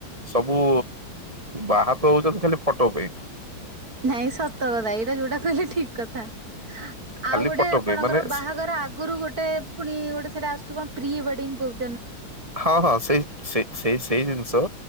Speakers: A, on the right (about 15°); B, on the right (about 45°).
A: ସବୁ ବାହାତ ହୋଉଚନ୍ତି ଖାଲି ଫଟୋ ପାଇଁ
B: ନାଇଁ ସତ କଥା ଏଇଟା ଯୋଉଟା କହିଲେ ଠିକ କଥା।
A: ଖାଲି
B: ଆଉ ଗୋଟେ
A: ଫଟୋ
B: ଆପଣଙ୍କର
A: ପାଇଁ ମାନେ
B: ବାହାଘର ଆଗରୁ ଗୋଟେ ପୁଣି ଗୋଟେ ସେଟା ଆସୁଛି କଣ ପ୍ରି ୱେଡିଙ୍ଗ କହୁ
A: ହଁ ହଁ ସେଇ ସେ ସେଇ ସେଇ ଜିନିଷ